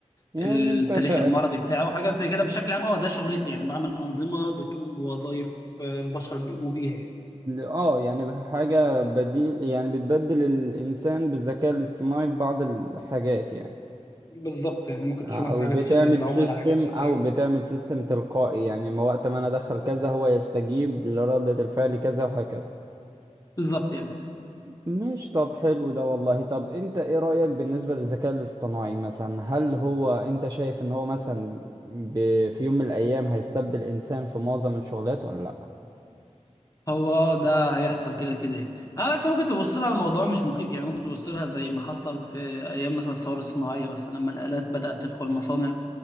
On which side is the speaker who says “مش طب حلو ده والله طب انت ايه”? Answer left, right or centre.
Right